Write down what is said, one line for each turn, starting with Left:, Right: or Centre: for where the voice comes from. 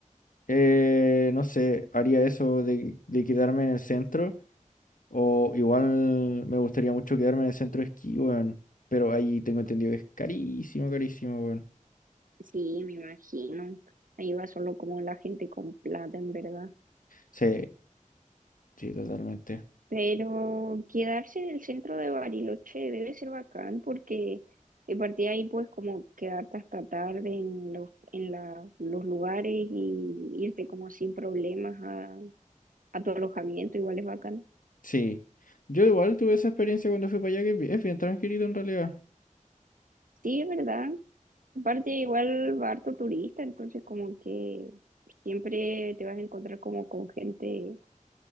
Left: eh, no sé, haría eso de, de quedarme en el centro. O igual me gustaría mucho quedarme en el centro de esquí, weón. Pero ahí tengo entendido que es carísimo, carísimo, weón.
Right: Sí, me imagino. Ahí va solo como la gente con plata, en verdad.
Left: Sí, sí, totalmente.
Right: Pero quedarse en el centro de Bariloche debe ser bacán porque de partida ahí puedes como quedarte hasta tarde en los, en la- los lugares y irte como sin problemas a, a tu alojamiento, igual es bacán.
Left: Sí. Yo igual tuve esa experiencia cuando fui para allá, que es bien es bien tranquilito en realidad.
Right: Sí, es verdad. Aparte, igual va harto turista, entonces como que siempre te vas a encontrar como con gente